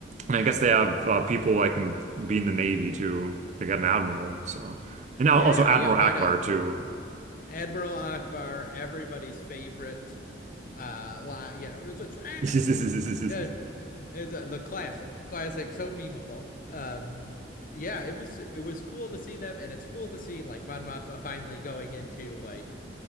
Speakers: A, on the right; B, on the left.
A: and I guess they have uh, people like in be in the navy too. They got an admiral, so and al-
B: Yeah,
A: also Admiral
B: yeah, why
A: Akbar
B: not?
A: too.
B: Admiral Akbar, everybody's favorite uh line, you know, it's a trap,
A: <laughs>
B: you know. The- It's uh the classic, classic, so memeable. Um yeah, it was it was cool to see them and it's cool to see like Mon Mothma finally going into like